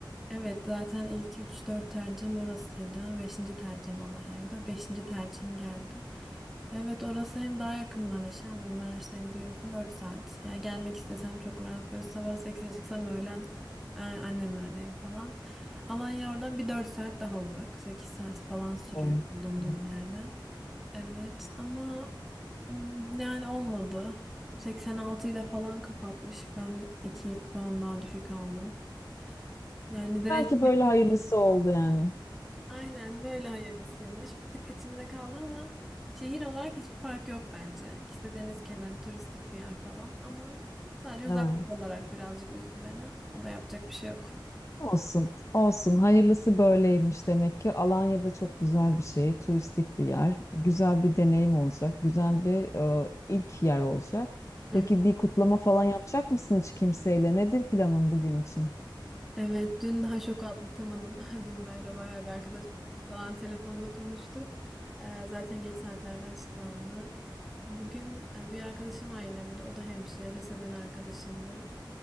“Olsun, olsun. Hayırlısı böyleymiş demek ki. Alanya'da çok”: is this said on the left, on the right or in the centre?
Left